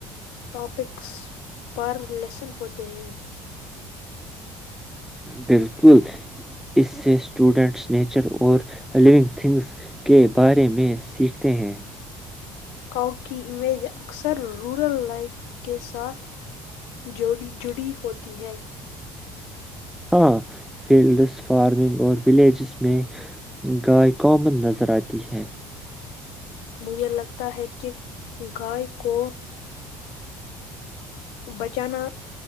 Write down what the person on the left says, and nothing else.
ٹاپکس پر لیسن ہوتے ہیں
کاؤ کی امیج اکثر رورل لائف کے ساتھ جوی جڑی ہوتی ہے
مجھے لگتا ہے کہ گائے کوو بچانا